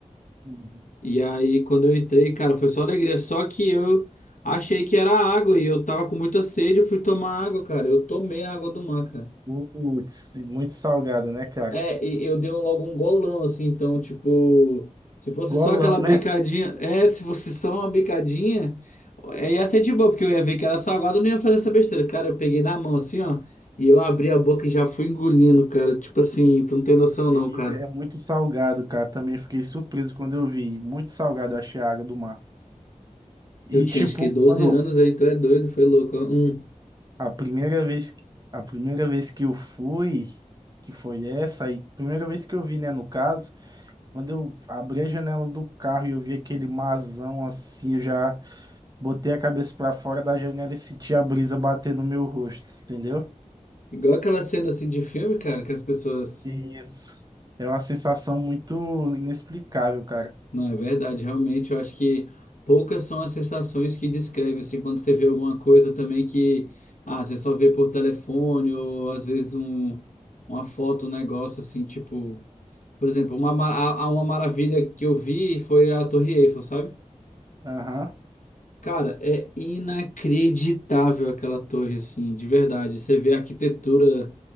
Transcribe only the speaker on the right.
Uhum.
Putz, muito salgada, né, cara?
Golão,
né?
Ele
é muito salgado, cara. Também fiquei surpreso quando eu vi. Muito salgado, eu achei a água do mar. E
tipo,
quando
a primeira vez, que- a primeira vez que eu fui, que foi essa, aí, primeira vez que eu vi, né, no caso, quando eu abri a janela do carro e eu vi aquele marzão assim, eu já botei a cabeça pra fora da janela e senti a brisa bater no meu rosto, entendeu?
Isso. É uma sensação muito inexplicável, cara.
Aham.